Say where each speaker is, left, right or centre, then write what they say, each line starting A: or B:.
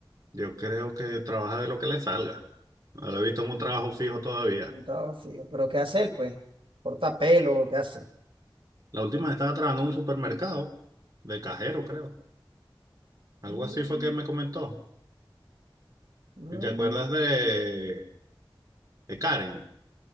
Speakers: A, on the right; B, on the right.
A: Yo creo que trabaja de lo que le salga. No lo he visto en un trabajo fijo todavía.
B: Un trabajo fijo. ¿Pero qué hace él, pues? ¿Corta pelo? ¿Qué hace?
A: La última vez estaba trabajando en un supermercado de cajero, creo. Algo
B: Mm,
A: así fue que me comentó.
B: mm.
A: ¿Y te acuerdas de, de Karen?